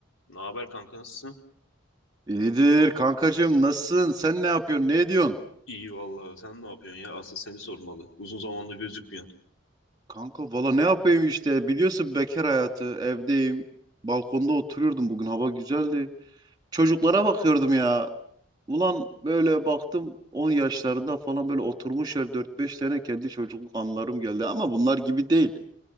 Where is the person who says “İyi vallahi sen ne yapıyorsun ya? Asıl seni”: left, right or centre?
Left